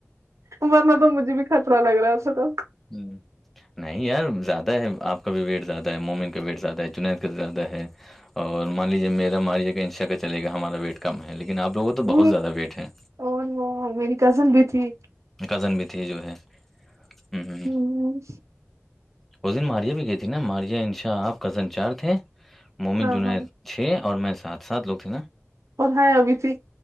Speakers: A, on the right; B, in the centre.
A: ورنا تو مجھے بھی خطر لگ رہا ہے اس تو
B: ہ نہیں یار زیادہ ہے آپ کا بھی ویٹ زیادہ ہے مومنگ کا ویٹ زیادہ ہے چنید کا زیادہ ہے اور مان لیجیے میرا ماریے گا انشا کا چلے گا ہمارا ویٹ کم ہے لیکن آپ لوگوں تو
A: ج
B: بہت زیادہ ویٹ ہے
A: ا وہ میری کزن بھی تھی
B: کزن بھی تھی جو ہے ہمم ہمم
A: ہوں
B: وزن ماریا بھی گئی تھی نا ماریا انشا آپ کزن چار تھے مومن
A: ہاں
B: جنید
A: ہاں
B: چھ اور میں سات سات لوگ تھے نا
A: اورھیا ہے ابھی تھی